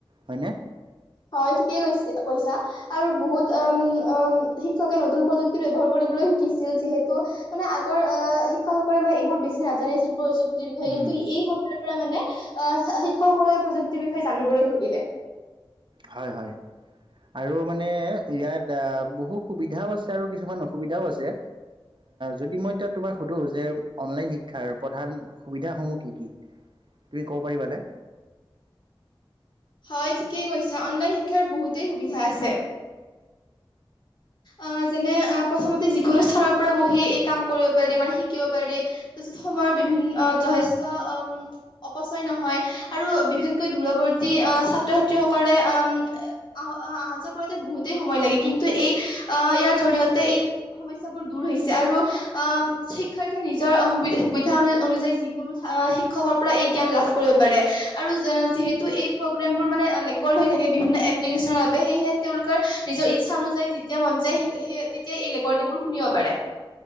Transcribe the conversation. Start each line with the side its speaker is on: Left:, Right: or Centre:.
Right: হয় নে?
Left: হয় ঠিকেই কৈছে কৈছা আৰু বহুত উম উম শিক্ষকে নতুন প্ৰযুক্তি ব্যৱহাৰ কৰিবলৈ শিকিছিল যিহেতু মানে আগৰ আ' শিক্ষকসকলে মানে এইবোৰ বেছি নাজানিছিল প্ৰযুক্তি। বিষয়ে
Right: উম,
Left: কিন্তু এই সময়ত মানে আ শিক্ষকসকলৰ প্ৰযুক্তিৰ বিষয়ে জানিবলৈ ধৰিলে।
Right: হয়, হয়, আৰু মানে ইয়াত বহু সুবিধাও আছে আৰু কিছুমান অসুবিধাও আছে যদি মই তাত সুধো যে অনলাইন শিক্ষাৰ প্ৰধান সুবিধাসমূহ কি কি তুমি ক'ব পাৰিবানে?
Left: হয় ঠিকেই কৈছা অনলাইন শিক্ষাৰ বহুতেই সুবিধা আছে। অ' যেনে অ' প্ৰথমতে যিকোনো স্থানৰ পৰা বহি এই কাম কৰিব পাৰি মানে শিকিব পাৰি তাৰপিছত সময়ৰ বিভিন্ন যথেষ্ট অপচয় নহয়। আৰু বিশেষকৈ দূৰৱৰ্তী ছাত ছাত্ৰ ছাত্ৰীসকলে উম অ' অহা যোৱা কৰোতে বহুতেই সময় লাগে কিন্তু এই, অ'ইয়াৰ জৰিয়তে এই সমস্যাবোৰ দূৰ হৈছে আৰু আহ শিক্ষাৰ্থীয়ে নিজৰ সুবিধা অনুযায়ী যিকোনো শিক্ষকৰ পৰা এই জ্ঞান লাভ কৰিব পাৰে আৰু যিহেতু এই প্ৰগ্ৰেমবোৰ মানে ৰেকৰ্ড হৈ থাকে বিভিন্ন এপ্লিকেশ্যনৰ বাবে সেয়েহে তেওঁলোকৰ নিজৰ ইচ্ছা অনুযায়ী যেতিয়া মন যায় সেই সেই তেতিয়া এই ৰেকৰ্ডিংবোৰ শুনিব পাৰে।